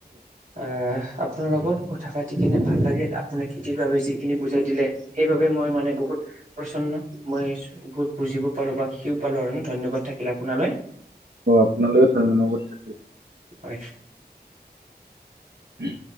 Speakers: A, on the right (about 50°); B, on the right (about 75°).
A: আহ। আপোনাৰ লগত কথা পাতি কিনে ভাল লাগিল আপোননি খেতিৰ বাবে যিখিনি বুজাই দিলে। সেইবাবে মই মানে বহুত- প্ৰচন্ন মই বহুত বুজিব পাৰো বা শিকও পালো আৰু ধন্যবাদ থাকিল আপোনালৈ-
B: অ আপোনালৈে থ মান লগত থাকি-
A: হয়াই।
B: উম।